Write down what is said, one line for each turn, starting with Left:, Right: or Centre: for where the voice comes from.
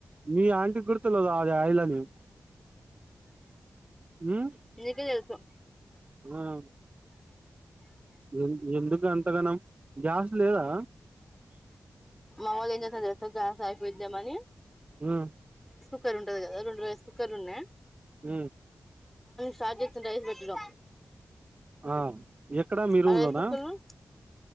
Right: మీ ఆంటీ గుర్ తెల్వద వే ఆయిల్ అని ఉ
Centre: నీకే తెలుసు
Right: ఆవు ఎం ఎందుకు అంతగనం గ్యాస్ లేదా
Centre: మవోలు ఏం చేస్తునరు తెల్సా గ్యాస్ అయిపోయిదేమో అని
Right: ఆ
Centre: కుక్కర్ ఉంటది గదా రెండు రైస్ కుక్కర్లు ఉన్నాయి
Right: ఉ
Centre: చార్జత్ రైస్ పెట్టడం
Right: ఆ ఎక్కడా మీ
Centre: ఆ
Right: రూమ్
Centre: రైస్
Right: లోనా
Centre: కుక్కర్ లో